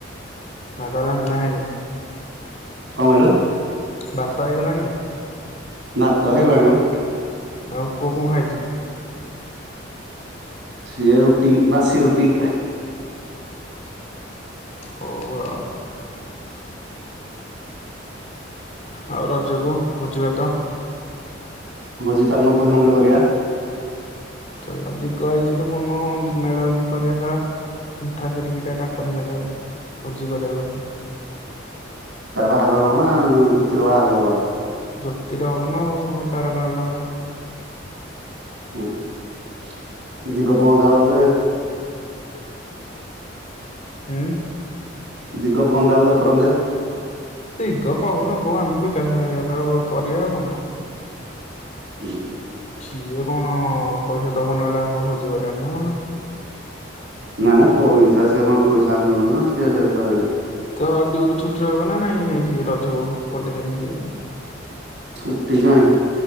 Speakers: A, on the left; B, on the right.
A: ଭାତ ହେଲାଣି ନାଁ ହେଇନି
B: କଣ କହିଲ?
A: ଭାତ ହେଇଗଲାଣି?
B: ଭାତ ହେଇଗଲାଣି ମ।
A: ଆଉ ପୁଅ କଣ ଖାଇଛି?
B: ସିଏ ରୁଟି ବାସି ରୁଟି।
A: ହୋଉ ଆଉ। ଆଉ ରଜକୁ ଭୋଜି ଭାତ
B: ଭୋଜି ଚାଲୁନୁ କୋଉଦିନ ଗୋଟେ କରିବା?
A: ଚଲ ଦିଗ ହେଇଛି ତ କୁନ ମେଳ ହେଇକି କରିବା ଶଳା ସୁଣ୍ଠା ସରିକି ଟା ଡାକୁନି କେତେବେଳେ ଭୋଜି କରିବାକୁ ହେଲେ।
B: ତାର ବାହାର ହବ ନା ଜ୍ୟୋତିର ବାହାଘର ହବ?
A: ଜ୍ୟୋତିର ହବ ନାଁ ଆଉ ତାର କଣ ଏବେ ହବ?
B: ହୁଁ। <inaudible>
A: ହୁଁ
B: <inaudible> କନ୍ଦ ବଲେ।
A: ଉଁ।
B: ଦିଗ କହନ୍ତା ବୋଲେ କରନ୍ତେ।
A: ଦିଗ କହୁନ କହୁ ଆମେ ବିକାଶ <inaudible> <inaudible> କରିବା ଆଉ କଣ?
B: <inaudible>
A: ସିଏ କଣ ପଇସା ଦବନି ବୋଲି ଆମେ କଣ ଭୋଜି କରିବାନି ନାଁ କଣ?
B: ନାଁ ମ ପଇସା ସିଏ କଣ ପଇସା ଆମେ ଦୋଉନୁ ନା କଣ ସିଏ ଦେଇ
A: ତ ଡିଉଟି ଛୁଟି ରହିବ ନା ନାଇଁ ରଜକୁ ଗୋଟେ ଦିନି କି ଦି ଦିନି।
B: ଛୁଟି କାଇଁ